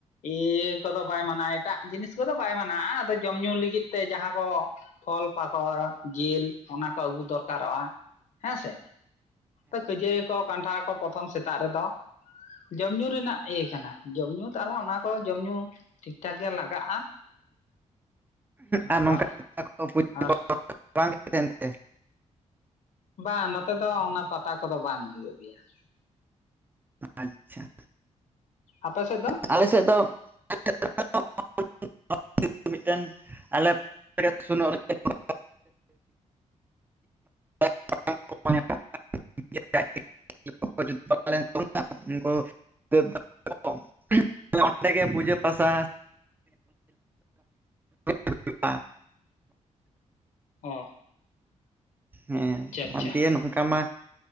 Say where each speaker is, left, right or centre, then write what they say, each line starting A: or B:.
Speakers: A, on the left (about 75°); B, on the right (about 15°).
A: ᱤᱭᱟᱹ ᱠᱚᱫᱚ ᱵᱟᱭ ᱢᱟᱱᱟ ᱮᱴᱟᱜ ᱡᱤᱱᱤᱥ ᱠᱚᱫᱚ ᱵᱟᱭ ᱢᱟᱱᱟᱜ-ᱟ ᱫᱚ ᱡᱚᱢ ᱧᱩ ᱞᱟᱹᱜᱤᱫ ᱛᱮ ᱡᱟᱦᱟᱸ ᱠᱚ ᱯᱷᱚᱞ ᱯᱟᱠᱚᱲ ᱡᱤᱞ ᱚᱱᱟ ᱠᱚ ᱟᱹᱜᱩ ᱫᱚᱨᱠᱟᱨᱚᱜᱼᱟ᱾ ᱦᱮᱸ ᱥᱮ ᱛᱚ ᱠᱷᱟᱹᱡᱟᱹᱲᱤ ᱠᱚ ᱠᱟᱱᱴᱷᱟᱲ ᱠᱚ ᱯᱨᱚᱛᱷᱚᱢ ᱥᱮᱛᱟᱜ ᱨᱮ ᱫᱚ ᱡᱚᱢ ᱧᱩ ᱨᱮᱱᱟᱜ ᱤᱭᱟᱹ ᱠᱟᱱᱟ ᱡᱚᱢ ᱧᱩ ᱛᱟᱦᱚᱞᱮ ᱚᱱᱟ ᱠᱚ ᱡᱚᱢ ᱧᱩ ᱴᱷᱤᱠ ᱴᱷᱟᱠ ᱜᱮ ᱞᱟᱜᱟᱜᱼᱟ ᱟᱫᱚ
B: ᱟᱨ ᱱᱚᱝᱠᱟ <unintelligible>
A: ᱟᱨ
B: ᱵᱟᱝ ᱛᱟᱦᱮᱱ ᱛᱮ
A: ᱵᱟᱝ ᱱᱚᱛᱮ ᱫᱚ ᱚᱱᱟ ᱯᱟᱛᱟ ᱠᱚ ᱫᱚ ᱵᱟᱝ ᱦᱩᱭᱩᱜ ᱜᱮᱭᱟ ᱾
B: ᱟᱪᱪᱷᱟ
A: ᱟᱯᱮ ᱥᱮᱫ ᱫᱚ
B: ᱟᱞᱮ ᱥᱮᱫ ᱫᱚ <unintelligible> <unintelligible> ᱢᱤᱫ ᱴᱮᱱ ᱟᱞᱮ <unintelligible> <unintelligible> ᱩᱱᱠᱩ <unintelligible> ᱚᱸᱰᱮᱜ ᱜᱮ ᱯᱩᱡᱟᱹ ᱯᱟᱥᱟ <unintelligible> ᱦᱩᱭᱩᱜ
A: ᱚᱸ
B: ᱦᱮᱸ
A: ᱟᱪᱪᱷᱟ
B: ᱟᱨ ᱫᱤᱭᱮ ᱱᱚᱝᱠᱟ ᱢᱟ